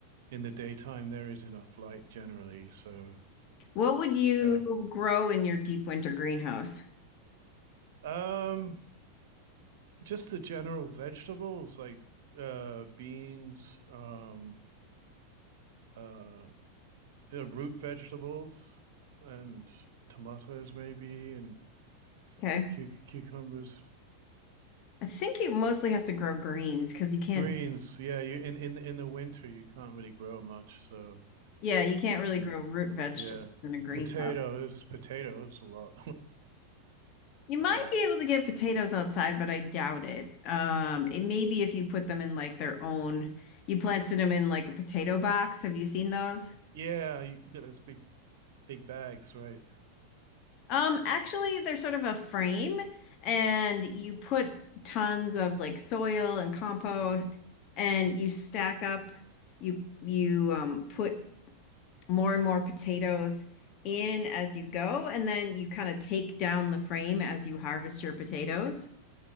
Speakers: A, on the right; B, on the left.
A: in the daytime there is enough light generally, so
B: What would you
A: yeah.
B: grow in your deep winter greenhouse?
A: Um, just the general vegetables like uh beans um uh yeah, root vegetables and tomatoes maybe and
B: Okay.
A: cu- cucumbers
B: I think you mostly have to grow greens because you can't,
A: greens yeah you in, in in the winter you can't really grow much so
B: yeah, you can't really
A: yeah
B: grow root vegetables
A: yeah
B: in a greenhouse.
A: potatoes potatoes a lot
B: You
A: <laughs>
B: might
A: uh
B: be able to get potatoes outside, but I doubt it. Um, it may be if you put them in like their own, you planted them in like a potato box. Have you seen those?
A: yeah you got those big big bags right
B: Um, actually, they're sort of a frame and you put tons of like soil and compost
A: Mm.
B: and you stack up, you you um put more and more potatoes in as you go, and then you kind of take down the frame as you harvest your potatoes.